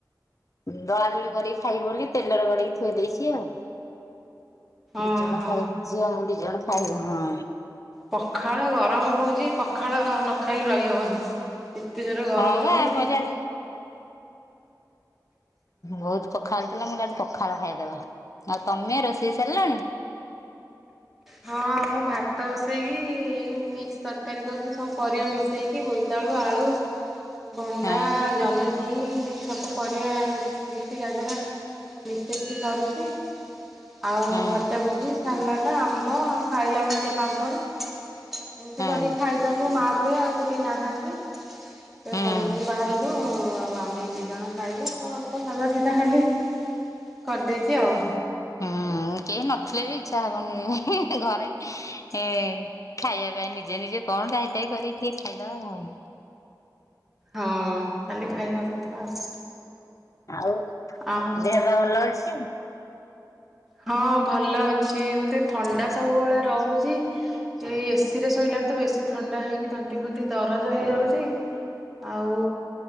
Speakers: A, on the left; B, in the centre.
A: ଦଳା ଦୁଳି କରିକି ଖାଇବୁ ବୋଲି ତେଲରେ ଗଢେଇକି ଥୋଇ ଦେଇଛି ଆଉ ଦିଜଣ
B: ଓହୋ
A: ଖାଇବୁ। ଝିଅ ମୁ ଦିଜଣ ଖାଇବୁ ହଁ।
B: ପଖାଳ ଗରମ ହଉଛି ପଖାଳ ନଖାଇଲେ ରହିହବନି। ଏତେ ଜୋର ଗରମ
A: ହଁ ବା
B: ହଉଛି।
A: କହିଲି ଆଜି ବହୁତ। ପଖାଳ ଥିଲା ମୁଁ କଇଲି ଆଜି ପଖାଳ ଖାଇଦେବା ଆଉ ତମେ ରୋଷେଇ ସାରିଲାଣି?
B: ହଁ ମୁଁ ଭାତ ବସାଇକି ଏଇ ମିକ୍ସ ତରକାରୀ କରଛି ସବୁ ପରିବା ମିଶେଇକି ବୋଇତାଳୁ ଆଳୁ ଭଣ୍ଡା
A: ହଁ
B: ଜହ୍ନି ସବୁ ପରିବା ବିଟ ଗାଜର। ମିସେଇକି କରୁଛି। ଆଉ
A: ହଁ
B: ଭଜା ଭୁଜି ସାଲଟା ଆମ୍ବ ଆଉ ଖାଇଲା ବେଳେ ଟିକେ ପାମ୍ପଡ଼ ଏମିତି
A: ହଁ
B: କରିକି ଖାଇଦବୁ ମା ପୁଏ ଆଉ ତ କିଏ ନାହାନ୍ତି। ସେ
A: ହୁଁ।
B: ପଳେଇଛନ୍ତି ବାହାରକୁ ଆଉ ଆମେ ଦି ଜଣ ଖାଇବୁ ଆଉ ଅଳ୍ପ ସାଧା ସିଧା ଖାଲି କରିଦେଇଛି ଆଉ।
A: ହୁଁ କେହି ନଥିଲେ ବି ଇଚ୍ଛା ହବନି ହେଁ ହେଁ ଘରେ। ଏ ଖାଇବା ପାଇଁ ନିଜେ ନିଜେ କଣ ଯାଇତାଇ କରିକି ଟିକେ ଖାଇଦବା।
B: ହଁ ଖାଲି ଖାଇବା କଥା ଆଉ।
A: ଆଉ
B: ଆଉ
A: ଦେହ ପା ଭଲ ଅଛି?
B: ହଁ ଭଲ ଅଛି ମତେ ଥଣ୍ଡା ସବୁବେଳେ ରହୁ ଏଇ ଏ ସି ରେ ଶୋଇଲାଠୁ ବେଶୀ ଥଣ୍ଡା ହେଇକି ତଣ୍ଟି ଫଣ୍ଟି ଦରଜ ହେଇଯାଉଛି। ଆଉ